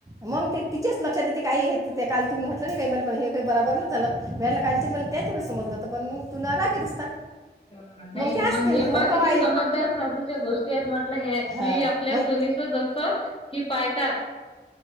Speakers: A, on the right (about 20°); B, on the left (about 30°).
A: मग ते तिच्याच लक्षात येते काही ते काल तुम्ही म्हटलं नाही काही मला पण हे काही बराबर नच झालं व्यायला काांचन मला त्याचेळेस समजलं तर पण मग तुला रागेत असता
B: नाही
A: ते
B: मग
A: असते म्हणते
B: हे
A: हो
B: प
A: का
B: किती
A: आई
B: समजदार सासूच्या गोष्टी आहेतठ ह
A: हां
B: की आपल्या
A: मग
B: सोनीच जस की पाळतात